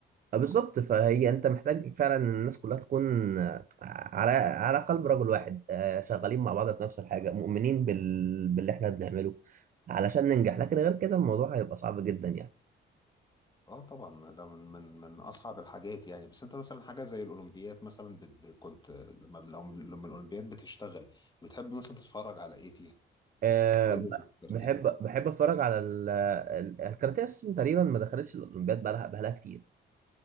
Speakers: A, on the right (about 45°); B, on the left (about 20°).
A: آه، بالظبط فهي انت محتاج فعلا ان الناس كلها تكون آه، على على قلب رجل واحد آه، شغالين مع بعض في نفس الحاجه مؤمنين بال... باللي احنا بنعمله علشان ننجح لكن غير كده الموضوع هيبقى صعب جدا يعني
B: اه طبعا ده من من من اصعب الحاجات يعني بس انت مثلا حاجه زي الاولمبياد مثلا بت ب- كنت لما الأم- لما الاولمبياد بتشتغل بتحب مثلا تتفرج على ايه فيها
A: أه
B: غير
A: ب-
B: الكاراتيه
A: بحب بحب اتفرج على ال... ال- الكاراتيه اساسا تقريبا ما دخلتش الاولمبياد بقالها بقالها كتير